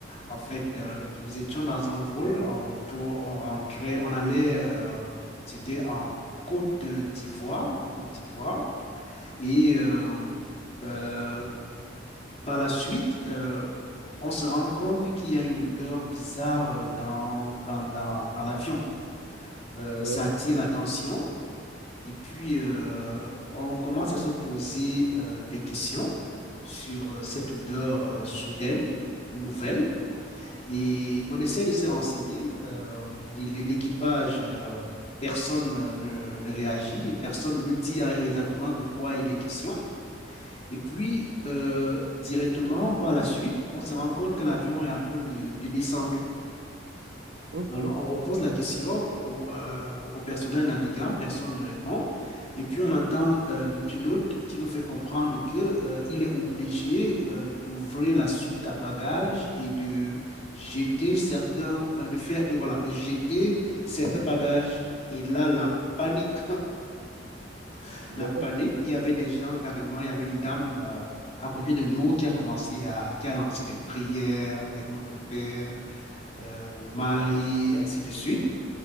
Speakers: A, on the left; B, on the right.
A: En fait, euh, nous étions dans un vol en retour, on rentrait, on allait, euh, c'était en Côte d'Ivoire, en Côte d'Ivoire, et euh, euh, par la suite, euh, on se rend compte qu'il y a une odeur bizarre euh, dans, dans, dans, dans l'avion. Euh,
B: Ouais,
A: ça attire l'attention et puis euh, on commence à se poser euh, des questions sur euh, cette odeur euh, soudaine, nouvelle, et on essaie de se renseigner. Euh, l'é- l'é- l'équipage, euh, personne euh, ne, ne réagit, personne ne nous dit euh, exactement de quoi il est question. Et puis, euh, directement par la suite, on se rend compte que l'avion est en train de de descendre.
B: ok.
A: Euh,
B: Eh
A: on repose la question au, euh, au personnel navigant, personne ne répond. Et puis on entend euh, le pilote qui nous fait comprendre que, euh, il est obligé euh, d'ouvrir la soute à bagages et de jeter certains, euh, de faire, de, voilà, de jeter certains bagages. Et là, la panique, <laughs>
B: Ben
A: la panique.
B: ouais.
A: Il y avait des gens carrément, il y avait une dame euh, à côté de nous qui a commencé à, qui a lancé des prières, des Notre Père, euh, Marie, ainsi de suite.